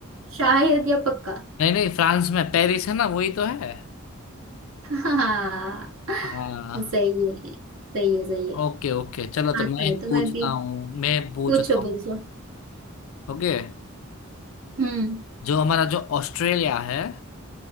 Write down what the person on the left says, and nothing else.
नहीं नहीं फ्रांस में पेरिस है ना वही तो है
हाँ
ओके ओके चलो तो
मैं
पूछता
हूँ मैं पूछता
हूँ
ओके
जो हमारा जो ऑस्ट्रेलिया है